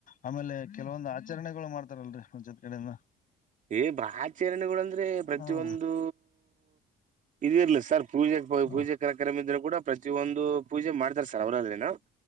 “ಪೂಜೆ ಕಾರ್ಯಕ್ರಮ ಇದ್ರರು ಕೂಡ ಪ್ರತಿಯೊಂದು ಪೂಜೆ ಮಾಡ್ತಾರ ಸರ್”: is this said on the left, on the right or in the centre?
Right